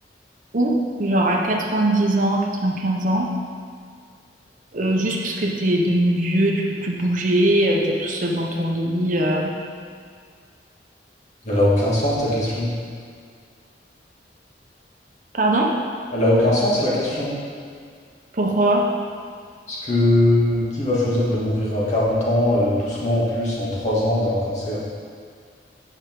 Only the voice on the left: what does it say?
Elle a aucun sens ta question.
Elle a aucun sens la question.
Parce que qui va choisir de mourir à 40 ans, euh, doucement en plus, en trois ans d'un cancer?